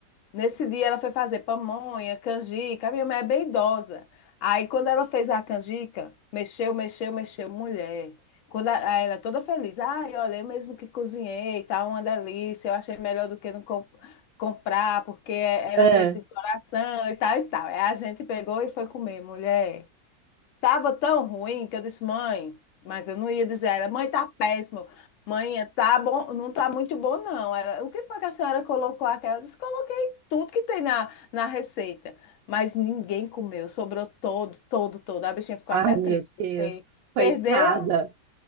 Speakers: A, on the left; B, on the right.
A: Nesse dia ela foi fazer pamonha, canjica. A minha mãe é bem idosa. Aí quando ela fez a canjica, mexeu, mexeu, mexeu, mulher. Quando a- aí ela é toda feliz, ai, olha, eu mesmo que cozinhei, tá uma delícia. Eu achei melhor do que não com- comprar, porque era
B: Ah,
A: feito de coração e tal e tal. Aí a gente pegou e foi comer, mulher. Tava tão ruim que eu disse, mãe, mas eu não ia dizer, era, mãe, tá péssimo. Mãe, tá bom, não tá muito bom, não. Ela, o que foi que a senhora colocou aquela? ela disse, coloquei tudo que tem na, na receita. Mas ninguém comeu, sobrou todo, todo, todo. A bichinha ficou
B: ai,
A: até
B: meu
A: triste, porque
B: Deus, coitada,
A: perdeu,